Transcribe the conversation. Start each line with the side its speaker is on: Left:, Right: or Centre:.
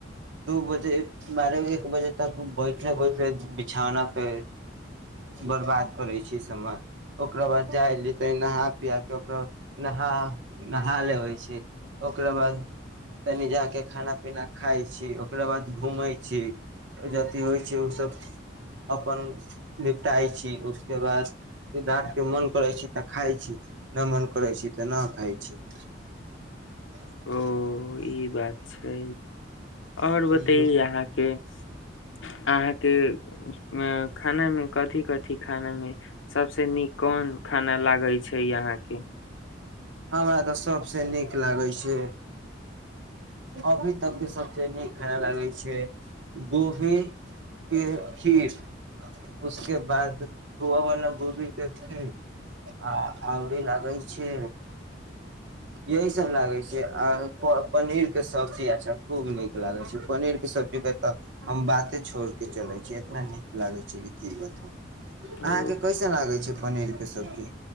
Right: दू बजे बारह एक बजे तक बैठले बैठले बिछौना पे बर्बाद करै छी समय ओकरा बाद जाइली तनी नहा पेआ कऽ ओकरा नहा नहा लेबै छी ओकरा बाद तनि जाके खाना पीना खाइत छी ओकरा बाद घूमैत छी जथी होइ छै ओसभ अपन निपटाइ छी उसके बाद डाँटके के मन करैत छी तऽ खाइत छी नहि मन करैत छी तऽ न खाइत छी <inaudible>
Left: ओ ई बात छै ओर
Right: छी
Left: बतैयौ अहाँ के अहाँके अ खानामे कथि कथि खाना मे सबसे नीक कोन खाना लागैत छै अहाँके
Right: हमरा तऽ सबसे नीक लागे छै अभी तक के सबसे नीक खाना लागे छै गोभी के खीर उसके बाद खोआ बाला गोभी के खीर आ औरी लागै छै यही सब लागै छै आ पनीर के सब्जी अच्छा खूब नीक लागै छै पनीर के सब्जी के तऽ हम बात एते छोड़ के चलै छ एतना नीक लागै छै कि की बतू अहाँके
Left: ओ
Right: कैसन लागै छै पनीर के सब्जी